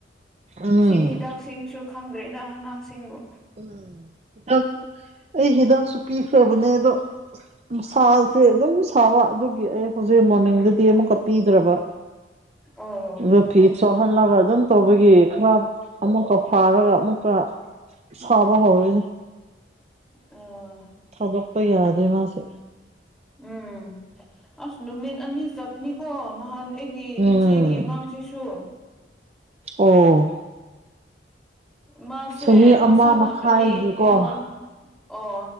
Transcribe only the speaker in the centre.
ꯁꯤ ꯍꯤꯗꯥꯛꯁꯤꯡꯁꯨ ꯈꯪꯗ꯭ꯔꯦꯗ ꯑꯉꯥꯡꯁꯤꯡꯕꯨ
ꯎꯝ
ꯑꯣ
ꯑꯣ
ꯎꯝ ꯑꯁ ꯅꯨꯃꯤꯠ ꯑꯅꯤ ꯆꯠꯄꯅꯦ ꯀꯣ ꯅꯍꯥꯟ ꯑꯩꯒꯤ
ꯏꯆꯦꯒꯤ ꯑꯉꯥꯡꯁꯤꯁꯨ
ꯃꯥꯁꯦ
ꯃꯁꯥ ꯉꯝ꯭ꯔꯗꯤ
ꯑꯩꯉꯣꯟ ꯑꯣ